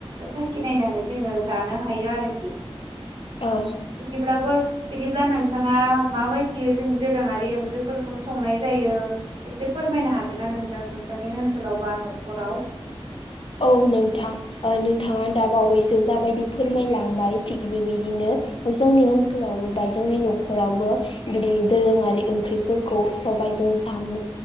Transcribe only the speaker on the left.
औ
औ नोंथां नोंथाङा दाबावैसो जाबायदि फोरमायलांबाय थिग बेबायदिनो जोंनि ओनसोलावबो बा जोंनि न'खरावबो बिदि दोरोङारि ओंख्रिफोरखौ सबायजों साम'